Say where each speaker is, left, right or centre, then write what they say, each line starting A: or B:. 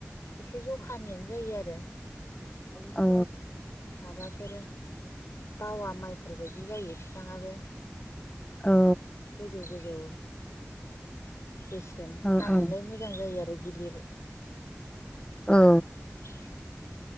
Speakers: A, on the left (about 85°); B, on the left (about 20°).
A: एसे जखानियानो जायो आरो।
B: औ।
A: माबाफोर बावा माइफोरबायायदि जायो फिफाङाबो।
B: औ।
A: गोजौ गोजौ। गेस्रेम
B: औ
A: हानोलाय
B: औ
A: मोजां जायो आरो गिलिर
B: ओ।
A: उम